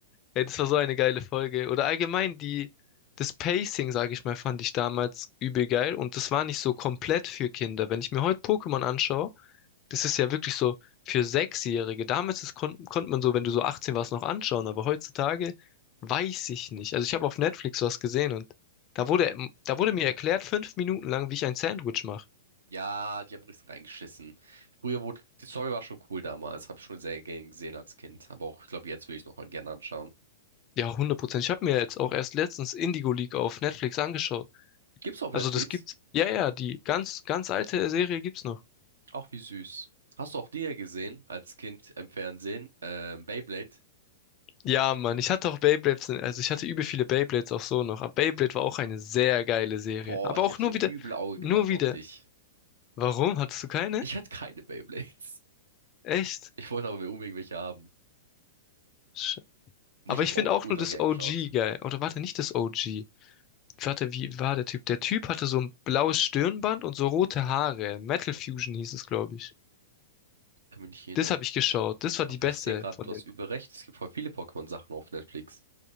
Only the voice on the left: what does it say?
Ey, das war so eine geile Folge. Oder allgemein die, das Pacing, sage ich mal, fand ich damals übel geil und das war nicht so komplett für Kinder. Wenn ich mir heute Pokémon anschaue, das ist ja wirklich so für Sechsjährige. Damals ist, kon konnte man so, wenn du so 18 warst, noch anschauen, aber heutzutage weiß ich nicht. Also ich habe auf Netflix was gesehen und da wurde, ähm, da wurde mir erklärt, fünf Minuten lang, wie ich ein Sandwich mache.
Ja, hundert Prozent. Ich habe mir jetzt auch erst letztens Indigo League auf Netflix angeschaut.
Also
das gibt's, ja, ja, die ganz, ganz alte Serie gibt's noch.
Ja, Mann, ich hatte auch Beyblades, in- also ich hatte übel viele Beyblades auch so noch. Aber Beyblade war auch eine sehr geile Serie.
Aber
auch
nur wieder,
nur
wieder.
Warum? Hattest du keine?
Echt?
Sch-
Aber
ich
finde auch
nur das
OG
geil. Oder warte, nicht das OG. Warte, wie war der Typ? Der Typ hatte so ein blaues Stirnband und so rote Haare. Metal Fusion hieß es, glaube ich.
Das habe ich geschaut. Das war
die beste
von
den.